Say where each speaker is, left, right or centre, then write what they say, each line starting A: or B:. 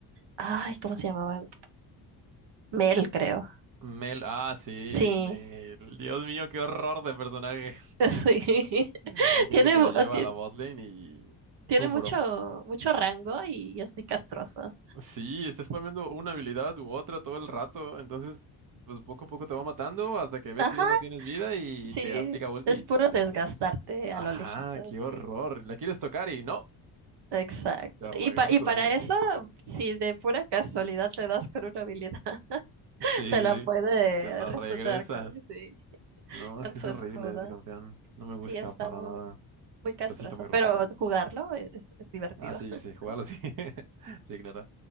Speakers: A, on the right; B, on the right.
A: Ay, ¿cómo se llamaba? Mel, creo.
B: Mel, ah, sí,
A: Sí,
B: Mel. Dios mío, qué horror de personaje.
A: <laughs> sí.
B: <laughs>
A: <laughs>
B: Hay gente
A: Tiene,
B: que la
A: mu-
B: lleva
A: ti-
B: a la botlane y sufro.
A: tiene mucho, mucho rango y, y es muy castroso.
B: Sí, está spameando una habilidad u otra todo el rato, entonces pues poco a poco te va matando hasta que ves
A: Ajá.
B: que ya no tienes vida y
A: Sí,
B: te aplica ulti
A: es
B: y
A: puro
B: te
A: desgastarte
B: mueres. Ajá,
A: a lo lejitos,
B: qué
A: sí.
B: horror. La quieres tocar y no,
A: Exacto.
B: te regresa
A: Y, pa- y
B: tu
A: para
B: daño.
A: eso, si de pura casualidad le das con una habilidad, <laughs>
B: Sí,
A: te
B: sí,
A: la puede
B: sí, te la
A: refutar
B: regresa.
A: con, sí,
B: No,
A: con
B: es que
A: su
B: es horrible
A: escudo.
B: ese campeón. No me gusta
A: Sí, está
B: para
A: muy,
B: nada.
A: muy castroso,
B: Pero sí está muy roto.
A: pero jugarlo es, es- es divertido.
B: Ah, sí,
A: <laughs>
B: sí, jugarlo sí. <laughs> Sí, claro.